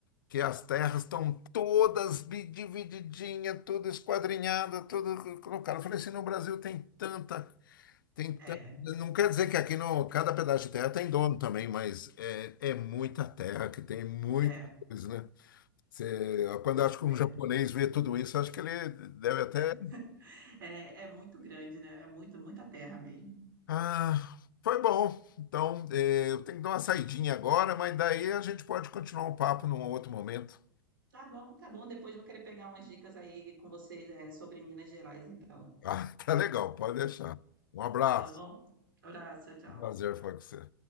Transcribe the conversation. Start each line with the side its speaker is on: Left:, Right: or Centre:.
Left: que as terras estão todas bi- divididinha, tudo esquadrinhada, tudo colocado. Eu falei assim, no Brasil tem tanta, tem tanta.
Right: É,
Left: Não quer dizer que aqui no cada pedaço de terra tem dono também, mas é, é muita terra que tem muita
Right: é,
Left: coisa, né? Cê- quando eu acho que um
Right: é.
Left: japonês vê tudo isso, acho que ele deve até
Right: <laughs> É, é muito grande, né? É muito, muita terra mesmo.
Left: Ah, foi bom. Então, eh, eu tenho que dar uma saidinha agora, mas daí a gente pode continuar o papo num outro momento.
Right: Tá bom, tá bom. Depois vou querer pegar umas dicas aí com vocês, é, sobre Minas Gerais, então.
Left: Ah, <laughs> tá legal, pode deixar. Um abraço.
Right: Tá bom? Abraço, tchau,
Left: Prazer
Right: tchau.
Left: falar com você.